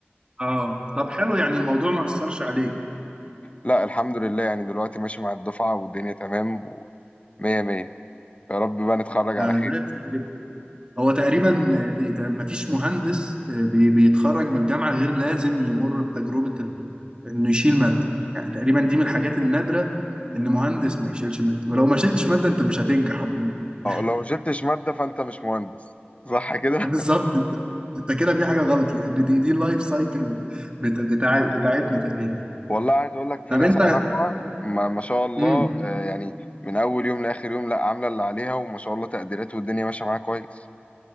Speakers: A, on the right (about 25°); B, on the left (about 35°).
A: اه طب حلو يعني الموضوع ما اثرش عليك
B: لا الحمد لله يعني دلوقتي ماشي مع الدفعة والدنيا تمام ومية مية يا رب بقى نتخرج
A: ده
B: على خير
A: ده هو تقريبا آه، مفيش مهندس آه، بي- بيتخرج من الجامعة غير لازم يمر بتجربة ال- انه يشيل مادة يعني تقريبا دي من الحاجات النادرة ان مهندس ما يشيلش مادة ولو ما شيلتش مادة انت مش هتنجح عموما <laughs>
B: اه لو جبتش مادة فانت مش مهندس صح كده
A: بالظبط انت انت كده في حاجة غلط لان دي دي اللايف سايكل بتا بتاع بتاعتنا تقريبا
B: والله عايز اقول لك في
A: طب
B: ناس
A: انت
B: اعرفها ما, ما شاء الله
A: امم
B: آه، يعني من اول يوم لاخر يوم لا عامله اللي عليها وما شاء الله تقديرات والدنيا ماشيه معاها كويس